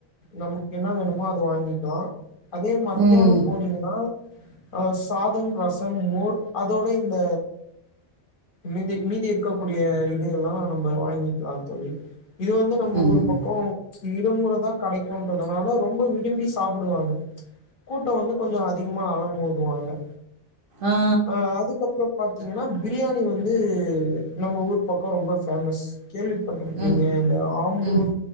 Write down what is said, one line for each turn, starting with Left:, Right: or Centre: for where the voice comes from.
Left: நமக்கு என்ன வேணுமோ அது வாங்கிக்கலா அதே மத்தியான
Right: ம்.
Left: போனீங்கன்னா ஆஹ் சாதம் ரசம் மோர் அதோட இந்த மிதி மீதி இருக்க இருக்க கூடிய இதுல்லாம் நம்ம வாங்கிக்கலா தோழி இது வந்து நம்ம
Right: ம்.
Left: ஊர் பக்கம் இடமுறை தான் கிடைக்கும்ன்றதுனால ரொம்ப விரும்பி சாப்பிடுவாங்க கூட்டம் வந்து கொஞ்ச அதிகமா அலம்பு <unintelligible>
Right: ஆ.
Left: ஆஹ் அதுக்கப்புறம் ப பாத்தீங்கன்னா பிரியாணி வந்து நம்ம ஊர் பக்கம் ரொம்ப ஃபேமஸ் கேள்விப்பட்டிருப்பீங்க
Right: ம்.
Left: இந்த ஆம்பூர்
Right: ம்.